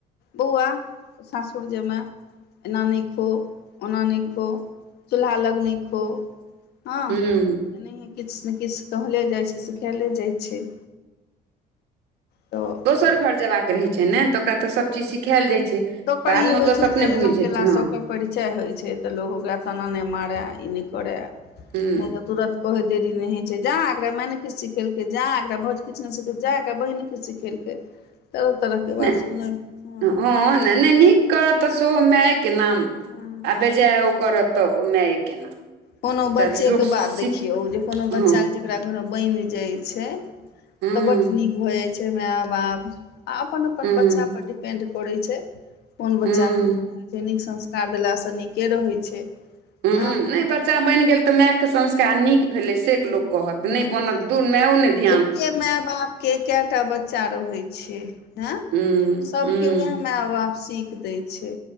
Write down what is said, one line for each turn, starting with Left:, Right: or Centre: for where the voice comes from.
Left: बौआ सासुर जेमे एना नै खो, ओना नै खो, चूल्हा लग नै खो, हां
Right: हूँ
Left: एनाहिए किछ से किछ कहले जाए छै, सिखैले जाए छै। तऽ
Right: दोसर घर जेबाक के रहे छै नै तऽ ओकरा तऽ सब चीज सिखाएल जाए छै।
Left: तऽ ओकर
Right: बादमे
Left: ई
Right: ओ
Left: होय
Right: तऽ
Left: छै
Right: अपने
Left: जे
Right: बुझि
Left: एना
Right: जाइ
Left: केला
Right: छै हँ
Left: से ओकर परिचय होय छै तऽ लोक ओकरा तना नै मारै ई नै करै
Right: हूँ
Left: नै तऽ तुरन्त कहैत देरी नै हय छै जा एकरा माय नै किछ सिखेलकै जा एकरा भोज किछ नै सिखेलकै जा एकरा बहिन नै किछ सिखेलकै। तरह तरहके
Right: नै
Left: बात सुनै हँ
Right: हां नै नीक करत तऽ सेहो मायके नाम
Left: हँ
Right: आ बेजायो करा तऽ ओ मायके नाम
Left: कोनो बच्चेके
Right: तऽ लोक सीख
Left: बात देखियौ जे कोनो
Right: हँ
Left: बच्चा के जकरा घर में बैन जाए छै।
Right: हूँ
Left: तऽ बड नीक भै जाए छै माए-बाप आ अपन-अपन
Right: हूँ
Left: बच्चा पर डिपेंड पड़ै छै कोन
Right: हूँ
Left: बच्चा केहेन रहे छै, नीक संस्कार देला से नीके रहै छै।
Right: हुं
Left: हँ
Right: नै बच्चा बैन गेल तऽ मायके संस्कार नीक भेले से
Left: हँ
Right: लोक कहत नै
Left: हँ
Right: बनत धुर मेयो नै ध्
Left: एके माय-बाप के केटा बच्चा रहै छै हें
Right: हूँ
Left: सबके
Right: हूँ
Left: वैह माय-बाप सीख दै छै